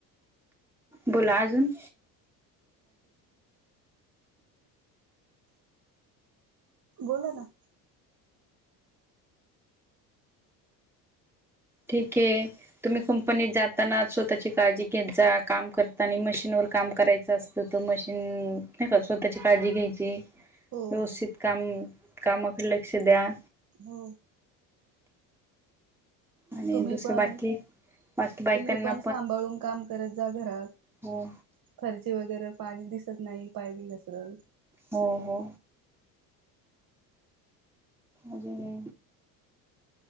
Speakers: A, in the centre; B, on the right.
A: बोला अजून
B: बोला ना
A: ठीक आहे तुम्ही कंपनीत जाताना स्वतःची काळजी घेत जा काम करताना मशीनवर काम करायचं असतं तर मशीन नाही का स्वतःची काळजी घ्यायची
B: हो
A: व्यवस्थित
B: हो
A: काम कामाकडे लक्ष द्या
B: हो.
A: आणि
B: तुम्ही
A: दुसरे
B: पण
A: बाकी. बाकी बायकांना
B: तुम्ही पण सांभाळून काम करत जा घरात.
A: हो
B: फरशी वगैरे. पाणी दिसत नाही. पाय-बी घसरल.
A: हो. हो. अजे <unintelligible>